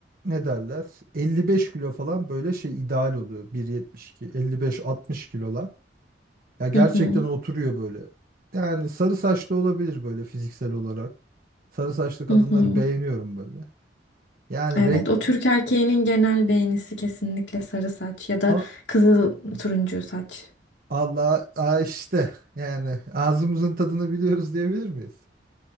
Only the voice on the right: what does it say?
ne derler? 55 kilo falan böyle şey ideal oluyor. 1.72, 55-60 kilolar. Ya gerçekten
oturuyor böyle. Yani sarı saçlı olabilir böyle fiziksel olarak. Sarı saçlı kadınları
beğeniyorum böyle. Yani
renk
Ama
Allah Aa işte yani ağzımızın tadını biliyoruz diyebilir miyiz?